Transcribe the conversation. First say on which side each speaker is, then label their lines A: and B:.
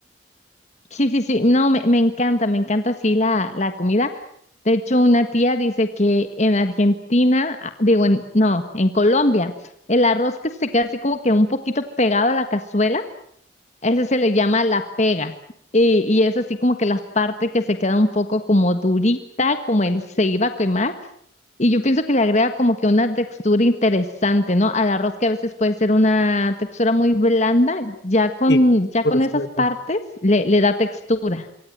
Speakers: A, on the left (about 40°); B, on the left (about 70°).
A: Sí, sí, sí, no, me, me encanta, me encanta así la, la comida. De hecho, una tía dice que en Argentina, ah, digo, en, no, en Colombia, el arroz que se queda así como que un poquito pegado a la cazuela, a ese se le llama la pega. Y, y es así como que la parte que se queda un poco como durita, como él se iba a quemar. Y yo pienso que le agrega como que una textura interesante, ¿no? Al arroz que a veces puede ser una textura muy blanda, ya con,
B: Sí,
A: ya
B: puede
A: con
B: ser.
A: esas partes le le da textura.